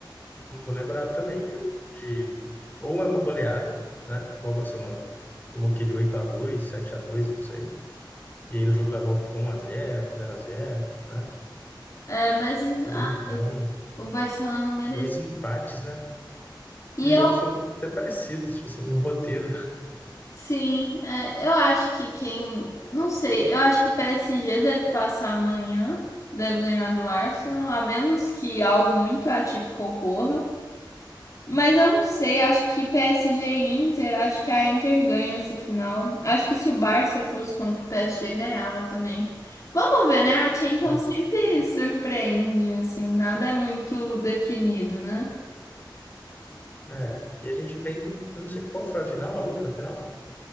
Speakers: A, on the left; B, on the left.
A: não tô lembrado também, viu? De, ou é uma goleada, né? Igual o Barcelona tomou aquele oito a dois, sete a dois, não sei. E aí no jogo da volta ficou um a zero, zero a zero, né?
B: É, mas ai,
A: Ou então
B: o Barcelona merecia.
A: dois empates, né?
B: E
A: E os
B: eu,
A: jogos foram até parecidos, tipo assim, um roteiro.
B: sim, é, eu acho que quem. Não sei, eu acho que PSG deve passar amanhã, deve ganhar do Arsenal, a menos que algo muito atípico ocorra. Mas eu não sei, acho que PSG e Inter, acho que a Inter ganha essa final. Acho que se o Barça fosse contra o PSG, ganhava também. Vamos ver, né? A Champions
A: né?
B: sempre surpreende, assim, nada é muito definido, né?
A: É, e a gente vendo, eu não sei qual foi a final, a última final?